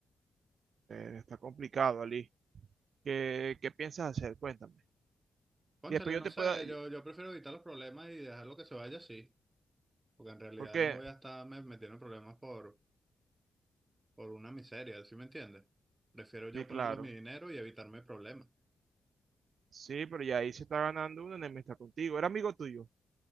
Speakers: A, on the right; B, on the right.
A: Eh, está complicado, Ali. ¿Qué, qué piensas hacer? Cuéntame.
B: Cónchale,
A: Y después yo
B: no
A: te
B: sé,
A: puedo...
B: yo, yo prefiero evitar los problemas y dejarlo que se vaya así, porque en realidad
A: ¿Por qué?
B: no voy a estar me- metiendo en problemas por, por una miseria, ¿sí me entiendes? Prefiero yo
A: Sí,
B: ponerlo
A: claro.
B: mi dinero y evitarme problemas.
A: Sí, pero ya ahí se está ganando uno en el está contigo. ¿Era amigo tuyo?